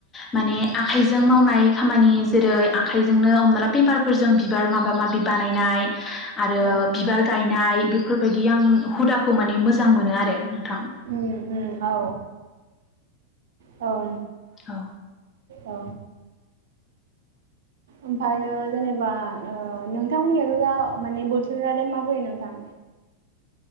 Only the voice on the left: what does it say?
माने आखाइजों मावनाय खामानि जेरै आखाइजोंनो हमना ला पेपारफोरजों बिबार माबा माबि बानायनाय आरो
बिबार गायनाय बेफोरबायदि आं हुदाखौ माने मोजा मोजां मोनो आरो नोंथां
औ